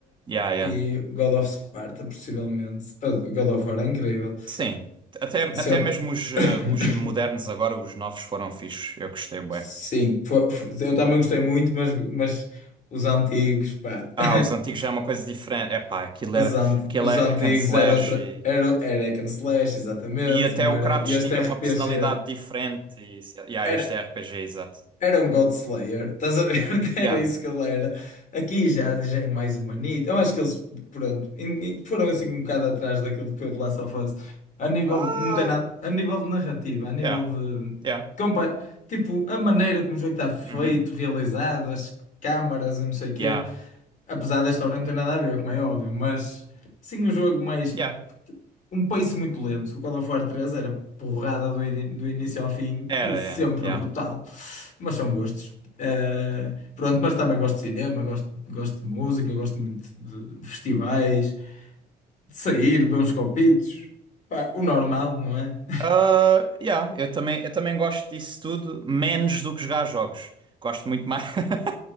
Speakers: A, on the right (about 30°); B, on the left (about 50°).
A: Yeah, yeah.
B: e God of Sparta, possivelmente. Ah, God of War é incrível.
A: Sim. Até, até
B: Se eu-
A: mesmo os, eh,
B: <coughs>
A: os modernos agora, os novos foram fixos. Eu gostei bem.
B: Sim, fo- fo- eu também gostei muito, mas, mas os antigos, pá.
A: Ah,
B: <laughs>
A: os antigos já é uma coisa diferente. Epá, aquilo
B: Os,
A: era,
B: ant-
A: aquilo
B: os
A: é
B: antigos
A: hack and slash
B: era outra.
A: e,
B: Era, era hack and slash, exatamente,
A: e até
B: não
A: o
B: era?
A: Kratos
B: E Este
A: tinha
B: RPG
A: uma personalidade diferente. E, yeah,
B: era,
A: este é RPG, exato.
B: era um God Slayer, estás a ver? <laughs> Era
A: Yeah.
B: isso que ele era.
A: Yeah.
B: Aqui já, já é mais humanito. Eu acho que eles, pronto, in- foram assim um bocado atrás daquilo que foi de Last of Us. A nível,
A: Ah,
B: não tem nada, a nível de narrativa, a nível
A: yeah.
B: de.
A: Yeah.
B: compa- tipo, a maneira como o jogo está feito,
A: Uhum.
B: realizado, as câmaras, e não sei o quê.
A: Yeah.
B: Apesar da história não ter nada a ver, como é óbvio, mas sim um jogo mais
A: Yeah.
B: um pace muito lento. O God of War 3 era porrada do, ini- do início ao fim
A: Era,
B: e sempre
A: é. Yeah.
B: brutal. Mas são gostos. Eh, pronto, mas também gosto de cinema, gosto, gosto de música, gosto muito de, de festivais, de sair, beber uns copitos. Pá, o normal, não é? <laughs>
A: Ah, yeah, eu também, eu também gosto disso tudo, menos do que jogar jogos. Gosto muito mais. <laughs>